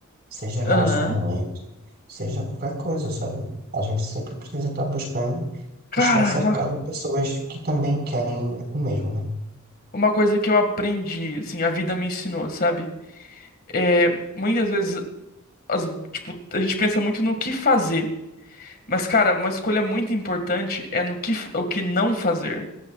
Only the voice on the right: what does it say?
seja relacionamento,
seja qualquer coisa, sabe? A gente sempre precisa estar buscando
estar cercado
de pessoas que também querem o mesmo, né?